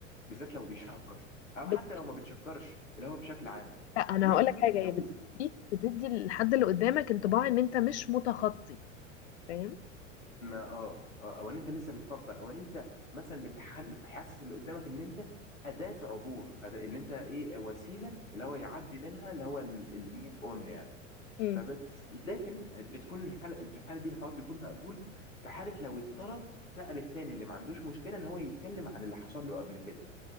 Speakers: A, on the left; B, on the left.
A: بالذات لو بيشكر او
B: بت...
A: حتى لو ما بتشكرش اللي هو بشكل عام
B: لا انا
A: لكن
B: هقول لك حاجة
A: لو
B: هي بتدي بتدي للحد اللي قدامك انطباع ان انت مش متخطي فاهم
A: ما اه اه او ان انت لسه بتفكر او ان انت مثلا بتحل بتحسس اللي قدامك ان انت اداه عبور أداة اللي انت ايه وسيله اللي هو يعدي منها اللي هو ال- الموف اون يعني
B: امم
A: فبس لكن بتكون الحاله في الحاله دي الحوار بيكون مقبول في حاله لو الطرف سأل التاني اللي ما عندوش مشكله ان هو يتكلم عن اللي حصل له قبل كده